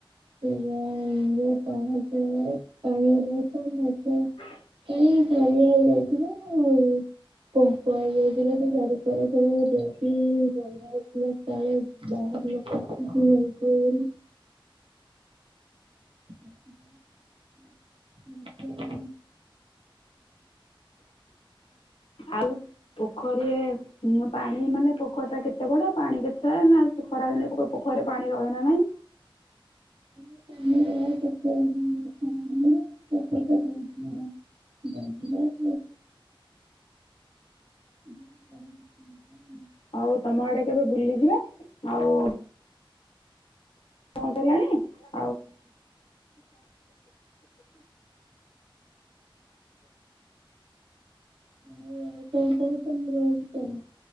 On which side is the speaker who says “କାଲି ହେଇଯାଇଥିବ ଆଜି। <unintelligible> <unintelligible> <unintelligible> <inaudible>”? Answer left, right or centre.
Right